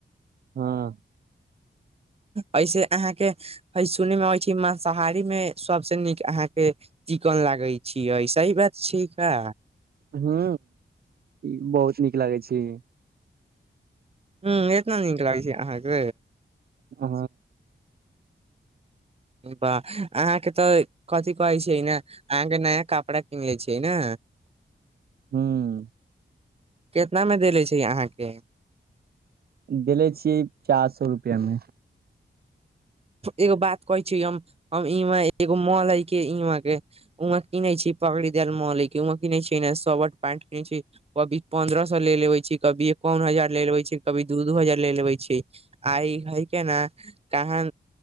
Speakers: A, on the right; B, on the right.
A: ह
B: ऐसे अहाँके सुन मे अबै छै माँसाहारी मे सबसँ नीक अहाँक चिकन लागै छियै ऐ सही बात छैय का
A: हू ई बहुत नीक लागै छ
B: ह एतना नीक लागै छै अहाँक
A: आ
B: वाह अहाँके तऽ कथिी कहै छियै न अहाँके नया कपड़ा किन ले छियै न
A: हूँ
B: कितना मे देले छै अहाँक
A: देले छियै चार सए रुपआ मेँ
B: एगो बात कहै छै ई एगो म लै के इ क उमे किीने छी पकड़ी देल मल उ मे किीने छी शर्ट पेंट किीने छ कभी पं्रह सए ले लेवे छै कभी एकावन हजार ले लेव छै कभी दू दू हजार ले लेवे छ आइ हइ केना कहा